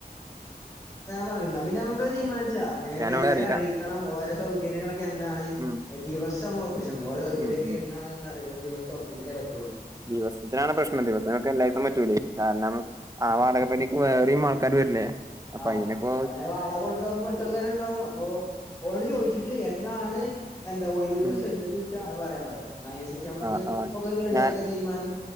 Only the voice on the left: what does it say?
പറ പിന്നെ നമുക്കത് തീരുമാനിച്ച
എല്ലരെയും
അറിയിക്കണം ഓരോ സൗകര്യങ്ങളൊക്കെ എന്താണ്
ദിവസം പക്ഷെ ഓര സൗകര്യൊക്കെ
എന്നാണ് ദിവസം ഉറപ്പിച്ചിട്ടേ -
ആഹ്
അവനെ വാടക കൊടുക്കാപോ മറ്റുള്ളക്കരുണ്ടാവും അപ്പൊ ഓനോട്‌ ചോദിച്ചിട്ട് എന്നാണ് എന്താഓയി - ഒരു ദിവസഎന്നത്
വച്ചാ പറയാ പറ എന്ന അതിനുസരിച്ച് നമുക്ക്
ഒക്കെ റെഡിയാക്ക
തീരുമാനം